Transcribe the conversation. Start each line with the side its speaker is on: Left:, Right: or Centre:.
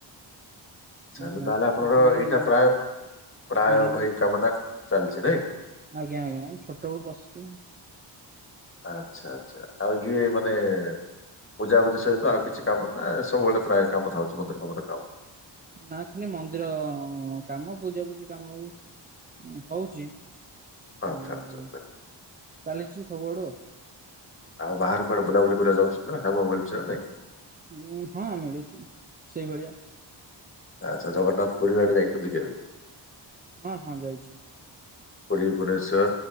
Right: ହଁ
Left: ଆଚ୍ଛା
Right: ମୁଁ
Left: ତାହେଲେ
Right: ତ
Left: ଆପଣଙ୍କର
Right: ଛୋଟବେଳୁ
Left: ଏଇଟା
Right: ହେଲାଣି
Left: ପ୍ରାୟ ପ୍ରାୟ
Right: ଆଜ୍ଞା ମୁଁ
Left: ଏଇ କାମ ଟା ଚାଲିଛି ନାଇଁ
Right: ଆଜ୍ଞା ଆଜ୍ଞା ଛୋଟ ବେଳୁ ପଶିଛୁ।
Left: ଆଚ୍ଛା ଆଚ୍ଛା ଆଉ ଇଏ ମାନେ ପୂଜା ବୁଜିି ସହିତ ଆଉ କିଛି କାମ ନା ସବୁବେଳେ ପ୍ରାୟ କାମ ଥାଉଛି ମନ୍ଦିର ମନ୍ଦିର କାମ
Right: ନାକି ମନ୍ଦିର କାମ ପୂଜାପୂଜି କାମ ବି ହଉଛି
Left: ଆଚ୍ଛା
Right: ଆଉ
Left: ଆଚ୍ଛା
Right: ଚାଲିଛୁ ସବୁଆଡୁ
Left: ଆଉ ବାହାର କୁଡେ ବୁଲାବୁଲି କରିବା ଯାଉଛି ନା କାମ ମିଳୁ ନା ନାଇଁ
Right: ଉଁ ହଁ ମିଳୁଛି ସେଇଭଳିଆ
Left: ଆଚ୍ଛା ଜଗନ୍ନାଥ ପୁରୀ ଆଡେ ଯାଇଛନ୍ତି କେବେ?
Right: ହଁ ହଁ ଯାଇଛି।
Left: ପୁରୀ ଭୁବନେଶ୍ୱର